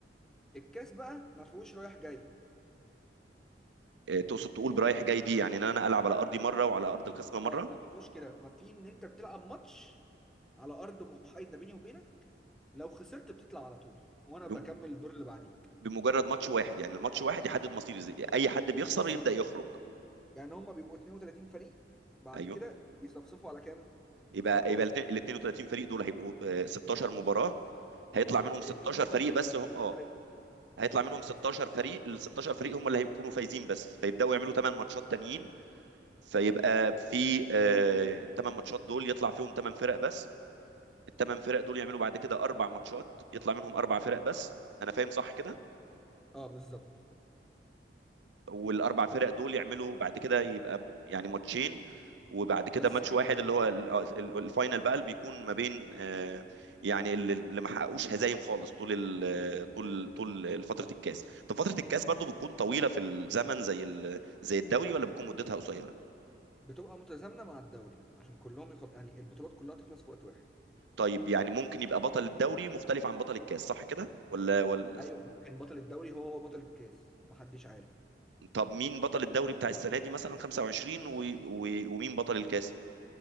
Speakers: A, in the centre; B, on the right.
A: الكاس بقى ما فيهوش رايح جاي
B: آه، تقصد تقول برايح جاي دي يعني ان انا العب على ارضي مره وعلى ارض الخصم مره
A: اه لا ما فيهوش كده ما في ان انت بتلعب ماتش على ارض محايده بيني وبينك لو خسرت بتطلع على طول وانا
B: بم-
A: بكمل الدور اللي بعديك
B: بمجرد ماتش واحد يعني الماتش واحد يحدد مصيري زي اي حد بيخسر
A: بالظبط
B: يبدا يخرج
A: يعني هما بيبقوا 32 فريق بعد
B: ايوه
A: كده بيصفصفوا على كام
B: يبقى
A: 16
B: يبقى ال 32 فريق دول هيبقوا آه، 16 مباراه هيطلع منهم 16
A: 32
B: فريق
A: فريق
B: بس هم
A: ب 32
B: اه هيطلع
A: 32
B: منهم 16
A: فريق
B: فريق ال 16 فريق هم اللي هيكونوا فايزين بس فيبداوا يعملوا 8 ماتشات تانيين فيبقى في الثمان ماتشات دول يطلع فيهم ثمان فرق بس الثمان فرق دول يعملوا بعد كده اربع ماتشات يطلع منهم اربع فرق بس انا فاهم صح كده
A: اه بالظبط
B: والاربع فرق دول يعملوا بعد كده يبقى م- يعني ماتشين وبعد كده
A: ده السيمي
B: ماتش واحد
A: فاينل
B: اللي هو ال- آه، ال- الفاينل بقى اللي بيكون ما بين آه، يعني اللي اللي ما حققوش هزايم خالص طول ال- طول طول فترة الكاس طب فترة الكاس برضو بتكون طويلة في الزمن زي ال- زي الدوري ولا بتكون مدتها قصيرة
A: بتبقى متزامنه مع الدوري عشان كلهم يخل... يعني البطولات كلها تخلص في وقت واحد
B: طيب يعني ممكن يبقى بطل الدوري مختلف عن بطل الكاس صح كده ولا ولا
A: ايوه ممكن بطل الدوري هو هو بطل الكاس محدش عارف
B: طب مين بطل الدوري بتاع السنة دي مثلا 25 و... و... ومين بطل الكاس